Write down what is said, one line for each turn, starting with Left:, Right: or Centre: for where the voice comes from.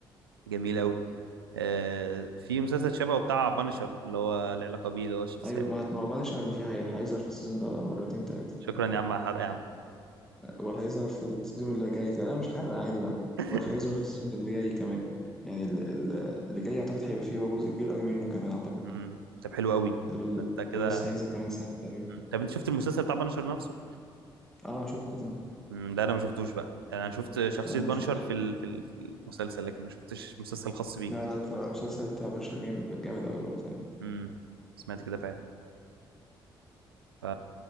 Right: جميل قوي آه في مسلسل شبهه بتاع بانشر اللي هو العلاقه بيه اللي هو الشخصيه
Centre: ايوه ما هت- ما هو بنشر في هي- هيظهر في السيزون ده مرتين تلاتة
Right: شكرا يا عم على الحرق يا عم
Centre: هو هيظهر في السيزون اللي جاي كمان لا مش حرق عادي ما
Right: <laughs>
Centre: بقولك هيظهر في السيزون اللي جاي كمان يعني ال- ال- اللي جاي اعتقد هيبقى فيه هو جزء كبير قوي منه كمان اعتقد
Right: امم طب حلو قوي
Centre: اللي هو
Right: انت كده
Centre: اللي هو لسه هينزل كمان سنة تقريبا
Right: طب انت شفت المسلسل بتاع بانشر نفسه
Centre: اه شفته ده
Right: مم، ده انا ما شفتوش بقى يعني انا شفت شخصية
Centre: لا
Right: بانشر
Centre: انا شفته
Right: في ال- في ال- في المسلسل لكن ما شفتش مسلسل خاص بيه
Centre: لا لا اكتر المسلسل بتاع بنشر جامد جامد قوي برضه يعني
Right: امم سمعت كده فعلا ف